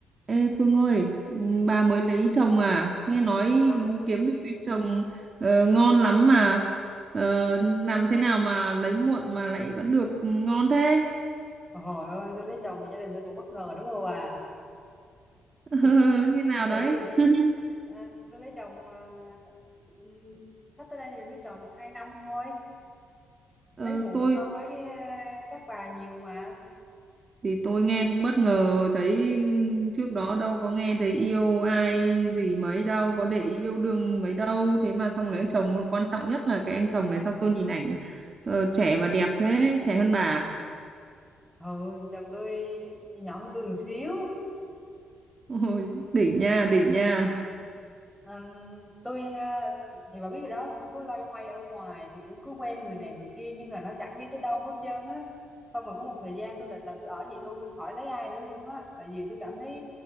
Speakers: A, on the right; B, in the centre.
A: Ê Phương ơi, ừ, bà mới lấy chồng à? Nghe nói
B: Ờ,
A: kiếm được anh chồng ờ, ngon lắm mà Ờ, làm thế nào mà lấy muộn mà lại vẫn được ngon thế?
B: hồi ơi tôi lấy chồng mà gia đình tôi còn bất ngờ đúng không bà
A: <laughs>
B: tôi <laughs>
A: Như nào
B: giờ
A: đấy?
B: tôi
A: <laughs>
B: à, tôi lấy chồng à, ừm, sắp tới đây thì mới tròn được hai năm thôi lấy
A: Ờ,
B: muộn
A: tôi
B: so với à, các bà nhiều mà
A: thì tôi nghe cũng bất ngờ thấy ừm, trước đó đâu có nghe thấy yêu ai gì mấy đâu, có để ý yêu đương mấy đâu, thế mà xong lấy chồng mà quan trọng nhất là cái anh chồng này sao tôi nhìn ảnh ờ, trẻ và đẹp thế, trẻ hơn bà.
B: ừ chồng tôi nhỏ hơn tôi một xíu
A: <laughs> Ôi, đỉnh nha, đỉnh nha.
B: Ừm, tôi ờ, thì bà biết rồi đó tôi cứ loay hoay ở ngoài thì cũng cứ quen người này người kia nhưng mà nó chẳng đi tới đâu hết trơn á xong rồi có một thời gian tôi định là tôi ở vậy luôn khỏi lấy ai nữa luôn á tại vì tôi cảm thấy